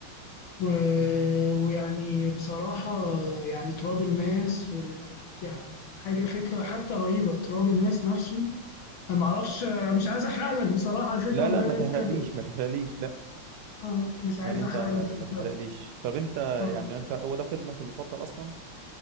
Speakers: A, on the left; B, on the right.
A: و... ويعني بصراحة يعني تراب الماس وال... يعني حاجة فكرة حتى رهيبة تراب الماس نفسه أنا معرفش مش عايز أحرق لك بصراحة الفكرة
B: لا
A: ما
B: لا
A: دام
B: ما
A: أنت
B: تحرقليش
A: <laughs>
B: ما تحرقليش لا
A: آه مش عايز
B: يعني انت
A: أحرق
B: ما,
A: لك
B: ما
A: الفكرة
B: تحرقليش
A: بس
B: طب انت
A: آه
B: يعني انت هو ده فيلمك المفضل اصلا